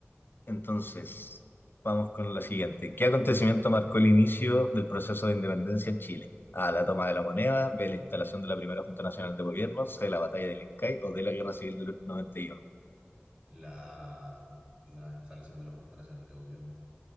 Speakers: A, on the left; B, on the right.
A: Entonces, vamos con la siguiente. ¿Qué acontecimiento marcó el inicio del proceso de independencia en Chile? A, la toma de la moneda, B, la instalación de la primera Junta Nacional de Gobierno, C, la batalla del Ircay o D, la Guerra Civil del 91.
B: la, la instalación de la Junta Nacional de Gobierno.